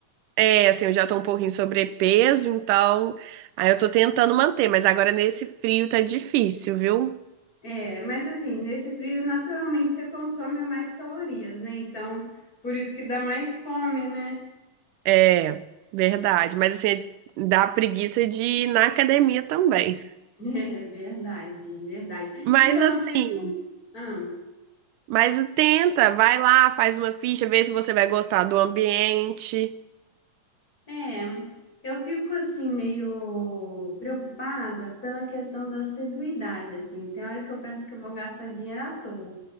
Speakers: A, on the right; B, on the left.
A: É, assim, eu já tô um pouquinho sobrepeso, então aí eu tô tentando manter, mas agora nesse frio tá difícil, viu?
B: É, mas assim, nesse frio, naturalmente você consome mais calorias, né? Então, por isso que dá mais fome, né? <laughs>
A: É, verdade. Mas assim, dá preguiça de ir na academia também.
B: É verdade, verdade.
A: Mas
B: Então,
A: assim,
B: eu fico. Ah.
A: mas tenta, vai lá, faz uma ficha, vê se você vai gostar do ambiente.
B: É, eu fico assim meio preocupada pela questão da assiduidade, assim. Tem hora que eu penso que eu vou gastar dinheiro à toa,